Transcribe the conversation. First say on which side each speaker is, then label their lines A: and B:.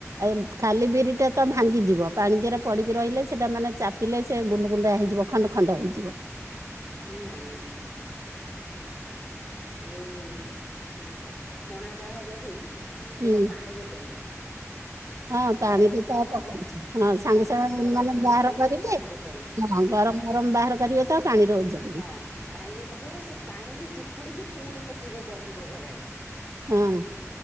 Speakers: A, on the right; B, on the left.
A: ଆଉ ଖାଲି ବିରି ଟେ ତ ଭାଙ୍ଗିଯିବ ପାଣି ଦେହରେ ପଡିକି ରହିଲେ ସେଟା ମାନେ ଚା ପିଲେ ସେ ଗୁଣ୍ଡ ଗୁଣ୍ଡା ହେଇଯିବ ଖଣ୍ଡ ଖଣ୍ଡ ହେଇଯିବ।
B: ଉ ନାଇଁ ନାଇଁ। ଯୋଉ ଛଣା ଟା ହବ ଯୋଉ ସେଇଟା
A: ହୁଁ
B: ପାଣିରେ ପଡିବ।
A: ହଁ
B: ବରା
A: ପାଣିରେ
B: ଟା ଯୋଉ ଛଣା
A: ତ ପକଉଛି
B: ହବ
A: ହଁ ସାଙ୍ଗ
B: ବା
A: ସାଙ୍ଗ
B: ବରା
A: ମାନେ
B: ଛଣା
A: ବାହାର
B: ହେଇ ସାଙ୍ଗେ
A: କରିବେ
B: ସାଙ୍ଗେ ପାଣିରେ ପଡିବ
A: ହଁ ଗରମ ଗରମ ବାହାର କରିବେ ତ ପାଣିରେ ଉଜାଡିବେ।
B: ହଁ ପାଣିରେ ପକେଇବ ସେ ପାଣିରୁୁ ଚୁପୁଡିକି ପୁଣି ପକେଇବ ଦହି ବଘରାରେ।
A: ହଁ।